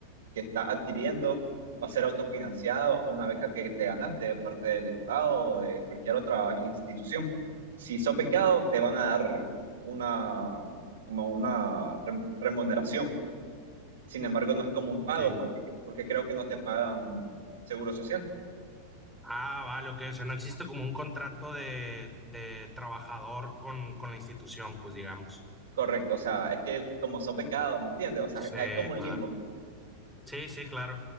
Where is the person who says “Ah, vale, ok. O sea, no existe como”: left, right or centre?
Centre